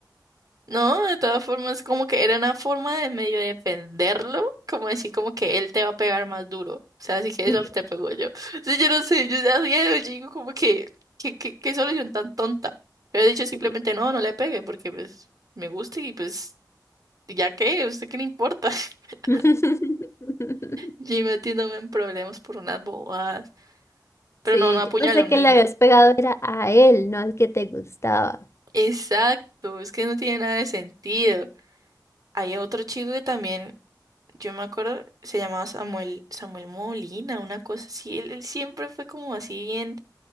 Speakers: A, on the right; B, on the left.
A: No, de todas formas, como que era una forma de medio defenderlo, como decir como que él te va a pegar más duro. O sea, así que
B: <laughs>
A: eso te pegó yo. <laughs> Sí, yo no sé, yo ya yo digo como que, que, que- qué solución tan tonta. Pero he dicho simplemente
B: Sí.
A: no, no le pegue, porque pues me gusta y pues ya qué, ¿a usted qué le importa. <laughs>
B: <laughs>
A: Yo metiéndome en problemas por unas bobadas. Pero
B: Sí,
A: no, no apuñale
B: yo pensé
A: a un
B: que
A: niño.
B: le habías pegado era a él, no al que te gustaba.
A: Exacto, es que no tiene nada de sentido. Hay otro chico que también. Yo me acuerdo, se llamaba Samuel, Samuel Molina, una cosa así. Él, él siempre fue como así bien,